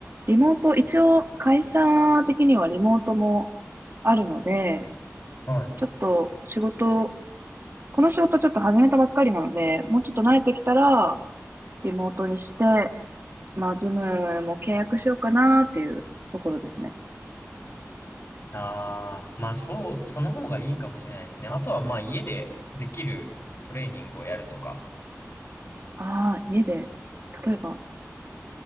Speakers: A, on the right; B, on the left.
A: リモート、一応会社的にはリモートもあるので、
B: はい。
A: ちょっと仕事、この仕事ちょっと始めたばっかりなので、もうちょっと慣れてきたら、リモートにして、まあ、ズムも契約しようかなっていうところですね。
B: ああ、まあそう、その方がいいかもしれないですね。あとはまあ家でできるトレーニングをやるとか。
A: ああ、家で、例えば、